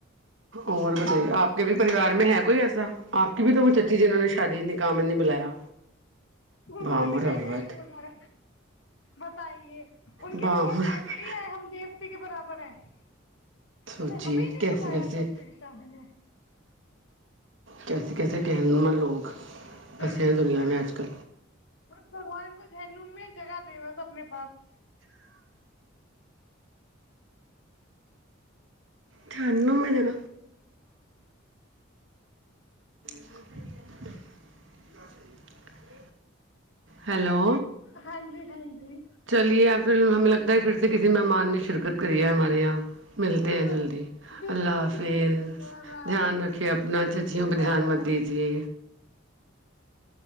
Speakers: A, on the right; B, on the left.
A: اور بتے آپ کے بھی پریوار میں ہے کوئی ایسا آپ کی بھی تو وہ اچی جنہوں نے شادی نکام نہیں بلایا
B: انہوں
A: بام
B: نے
A: و رغبت
B: کم نہیں بولا بتائیے ان
A: بام
B: کے دو
A: و
B: دیوتے
A: رغبت
B: ہیں ہم دیوتے کے برابر ہیں
A: سوچیے
B: اگر ہمیں نہیں
A: کیسے
B: بلایا
A: کیسے
B: تھا پری صاح نے
A: کیسے کیسے کہنما لوگ
B: بالکل
A: بسے ہیں دنیا
B: بک
A: میں آج کل
B: ب بگوان کو جن میں جگہ دس اپنے پاس
A: چٹھانو میں دیر <inaudible> ہیلو
B: ہاں جی ہاں جی
A: چلیے پھر ہمیں لگتا ہے پھر سے کسی مہمان نے شرکت کری ہے ہمارے یہاں ملتے
B: بالکل
A: ہیں جلدی
B: بالکل
A: اللہ حافظ
B: ٹھیک ہے ٹھیک ہے اللہ
A: دھیان
B: حافظ
A: رکھیے اپنا چچیوں پہ دھیان
B: اللہ
A: مت
B: حافظ
A: دیجیے